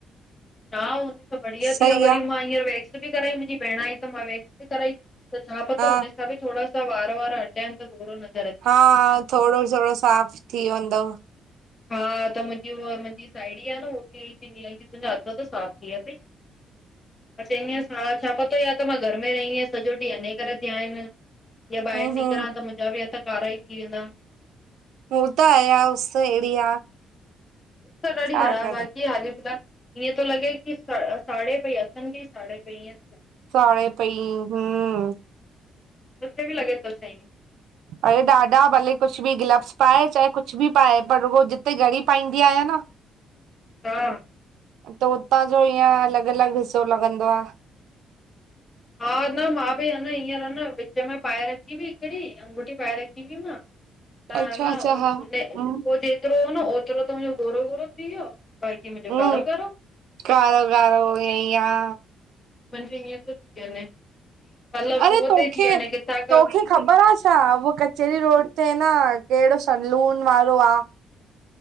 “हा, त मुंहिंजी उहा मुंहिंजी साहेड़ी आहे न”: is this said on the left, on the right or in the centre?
Left